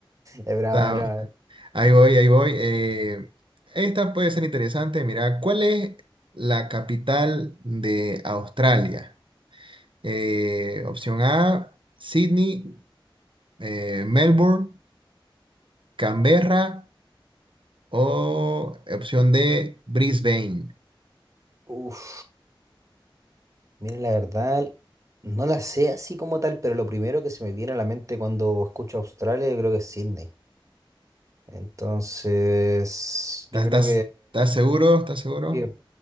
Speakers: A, on the right (about 35°); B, on the right (about 65°).
A: Ya, brava,
B: estamos.
A: brava.
B: Ahí voy, ahí voy. Eh, esta puede ser interesante. Mira, ¿cuál es la capital de Australia? Eh, opción A, Sydney, eh, Melbourne, Canberra. O opción D, Brisbane.
A: Uf. Mira, la verdad, no la sé así como tal, pero lo primero que se me viene a la mente cuando escucho Australia, yo creo que es Sydney. Entonces,
B: ¿Estás,
A: yo
B: estás-
A: creo
B: estás seguro? ¿Estás seguro?
A: que